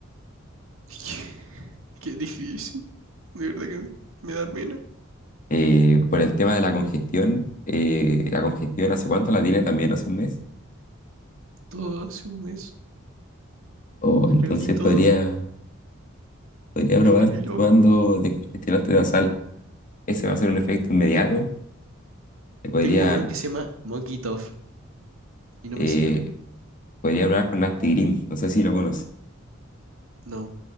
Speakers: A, on the right; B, on the left.
A: <laughs> Qué qué difícil. De verdad que me, me da pena.
B: Eh, por el tema de la congestión, eh, la congestión hace cuánto la tiene también, hace un mes.
A: Todo hace un mes.
B: O entonces
A: Perdí todo.
B: podría, podría probar
A: Me volví loco.
B: tomando descongestionante nasal. Ese va a ser un efecto inmediato. Le Podría,
A: Tengo uno que se llama Mokitov. y no
B: eh,
A: me sirve.
B: podría hablar con Nastigrim, no sé si lo conoce.
A: No.